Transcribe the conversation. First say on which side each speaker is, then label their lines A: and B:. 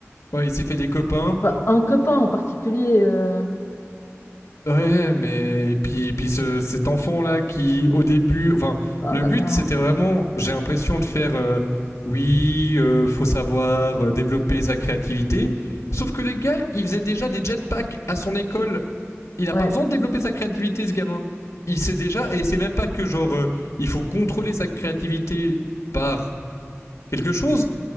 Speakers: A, on the left; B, on the left.
A: ouais, il s'est fait des copains.
B: Enfin, un copain en particulier. euh,
A: Ouais, mais et puis et puis ce, cet enfant là qui au début, enfin
B: Oh
A: le
B: là
A: but
B: là.
A: c'était vraiment, j'ai l'impression de faire euh, oui, euh, faut savoir euh, développer sa créativité. Sauf que les gars, ils faisaient déjà des jetpacks à son école. Il
B: Ouais,
A: a pas besoin de développer sa créativité ce gamin. Il sait déjà et c'est même pas que genre euh, il faut contrôler sa créativité par quelque chose.